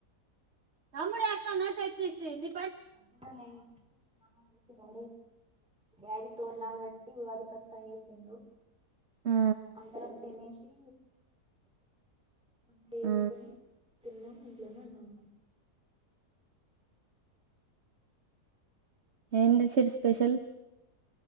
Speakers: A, on the right; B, in the centre.
A: తమ్డ ఆతాంతచ్చతి ని
B: పన్న నయిడగా డాడీ తోరనా రట్టి వి వాది పస్తా తందు
A: ఆ
B: అందరం తినసి వంట వేసుకొని
A: ఆ
B: తిన్నాం ఇంట్లోనే అన్నాము
A: ఎంతచ్చరి స్పెషల్